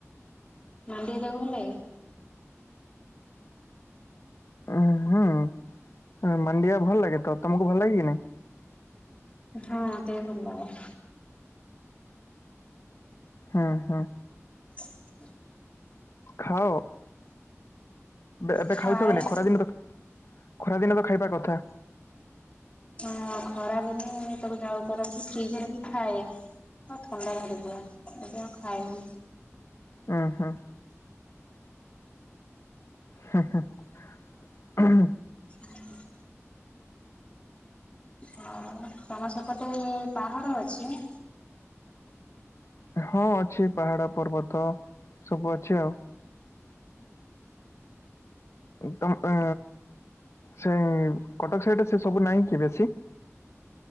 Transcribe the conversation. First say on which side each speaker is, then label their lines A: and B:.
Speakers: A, on the left; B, on the left.
A: ମାଣ୍ଡିଆ ଯାଉ ଭଲ ଲାଗେ।
B: ଉଁ ହଁ ମାଣ୍ଡିଆ ଭଲ ଲାଗେ ତ ତମକୁ ଭଲ ଲାଗେ କି ନାଇଁ?
A: ହଁ ମତେ ବି ଭଲ ଲାଗେ।
B: ହଁ ହଁ।
A: <inaudible>
B: ଖାଅ। ଏବେ
A: ଖାଏ
B: ଖାଉଛ କି ନାଇ ଖରାଦିନ ତ ଖରାଦିନ ତ ଖାଇବା କଥା।
A: ହଁ ଖରା ଦିନେ ତାକୁ ଯାଉ କରନ୍ତି ଫ୍ରିଜରେ ରଖି ଖାଏ। ହଁ ଥଣ୍ଡା ହେଲେ ତ ଏବେ ଆଉ ଖାଇନି।
B: ହଁ ହଁ। ହଁ ହଁ।
A: <inaudible> ହଁ ତମ ସେପଟେ ପାହାଡ ଅଛି?
B: ହଁ ଅଛି ପାହାଡ ପର୍ବତ ସବୁ ଅଛି ଆଉ ତମ ସେ କଟକ ସାଇଡରେ ନାହିଁ କି ସେ ସବୁ ବେଶୀ?